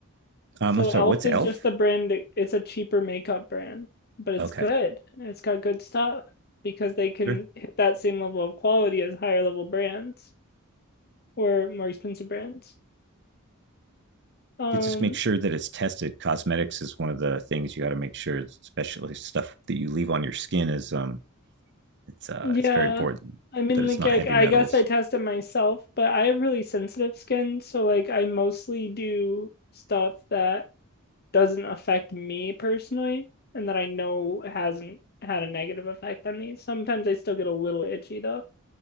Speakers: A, on the right (about 55°); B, on the left (about 45°).
A: Um,
B: So
A: I'm sorry,
B: Elf
A: what's Elf?
B: is just a brand, it's a cheaper makeup brand, but it's
A: Okay,
B: good and it's got good stuff because they can
A: sure.
B: hit that same level of quality as higher level brands or more expensive brands. Um,
A: You just make sure that it's tested. Cosmetics is one of the things you got to make sure, especially stuff that you leave on your skin is um it's uh
B: yeah.
A: it's very important
B: I mean,
A: that it's
B: like,
A: not
B: I,
A: heavy metals.
B: I guess I test it myself, but I have really sensitive skin, so like I mostly do stuff that doesn't affect me personally and that I know hasn't had a negative effect on me. Sometimes I still get a little itchy though.